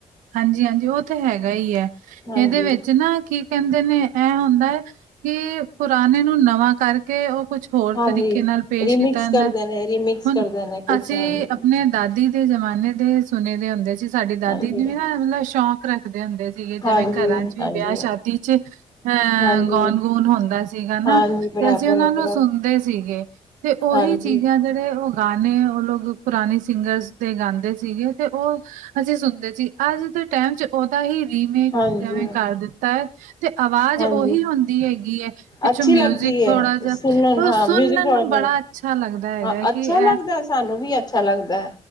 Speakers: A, on the right (about 80°); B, on the left (about 35°).
A: ਹਾਂਜੀ ਹਾਂਜੀ ਉਹ ਤਾਂ ਹੈਗਾ ਹੀ ਹੈ,
B: ਹਾਂਜੀ,
A: ਇਹਦੇ ਵਿੱਚ ਨਾ। ਕੀ ਕਹਿੰਦੇ ਨੇ ਇਹ ਹੁੰਦਾ ਹੈ, ਕਿ ਪੁਰਾਣੇ ਨੂੰ ਨਵਾਂ ਕਰ। ਕੇ ਉਹ ਕੁਛ ਹੋਰ
B: ਹਾਂਜੀ
A: ਤਰੀਕੇ ਨਾਲ ਪੇਸ਼
B: ਰੀਮਿਕਸ
A: ਕੀਤਾ ਜਾਂਦਾ
B: ਕਰਦੇ
A: ਹੈ,
B: ਨੇ ਰੀਮਿਕਸ
A: ਹੁਣ
B: ਕਰਦੇ ਨੇ ਕੁਛ
A: ਅਸੀਂ
B: ਹਾਂਜੀ।
A: ਆਪਣੇ ਦਾਦੀ। ਦੇ ਜ਼ਮਾਨੇ ਦੇ ਸੁਣੇ ਦੇ ਹੁੰਦੇ ਸੀ, ਸਾਡੀ ਦਾਦੀ।
B: ਹਾਂਜੀ,
A: ਦਿਨ ਵੀ ਨਾ ਮਤਲਬ ਸ਼ੌਂਕ ਰੱਖਦੇ ਹੁੰਦੇ ਸੀਗੇ,
B: ਹਾਂਜੀ,
A: ਜਿਵੇਂ ਘਰਾਂ ਚ ਵੀ
B: ਹਾਂਜੀ,
A: ਵਿਆਹ ਸ਼ਾਦੀ ਚ। ਹਾਂ
B: ਹਾਂਜੀ।
A: ਗਾਣ ਗੂਣ ਹੁੰਦਾ ਸੀਗਾ ਨਾ
B: ਹਾਂਜੀ
A: ਤੇ,
B: ਬਰਾਬਰ
A: ਅਸੀਂ ਉਹਨਾਂ
B: ਹੈ
A: ਨੂੰ
B: ਬਰਾਬਰ
A: ਸੁਣਦੇ ਸੀਗੇ। ਤੇ ਉਹੀ
B: ਹਾਂਜੀ,
A: ਚੀਜ਼ਾਂ ਜਿਹੜੇ ਉਹ। ਗਾਣੇ ਉਹ ਲੋਕ ਪੁਰਾਣੇ ਸਿੰਗਰਸ ਦੇ ਗਾਂਦੇ ਸੀਗੇ ਤੇ ਉਹ ਅਸੀਂ ਸੁਣਦੇ। ਸੀ ਅੱਜ ਦੇ। ਟਾਈਮ ਚ ਉਹਦਾ ਹੀ ਰੀਮੇਕ
B: ਹਾਂਜੀ,
A: ਜਿਵੇਂ ਕਰ ਦਿੱਤਾ ਹੈ ਤੇ ਆਵਾਜ਼
B: ਹਾਂਜੀ।
A: ਉਹੀ ਹੁੰਦੀ ਹੈਗੀ ਹੈ। ਪਿੱਛੋਂ
B: ਅੱਛੀ
A: ਮਿਊਜਿਕ
B: ਲੱਗਦੀ
A: ਥੋੜਾ
B: ਹੈ
A: ਜਿਹਾ
B: ਸੁਣਨ ਹਾਂ
A: ਉਹ ਸੁਣਨ
B: ਮਿਊਜ਼ਿਕ ਥੋੜਾ
A: ਨੂੰ ਬੜਾ ਅੱਛਾ ਲੱਗਦਾ ਹੈਗਾ
B: ਹਾਂ
A: ਹੈ।
B: ਅੱਛਾ
A: ਕਿ ਇਹ
B: ਲੱਗਦਾ ਸਾਨੂੰ ਵੀ ਅੱਛਾ ਲੱਗਦਾ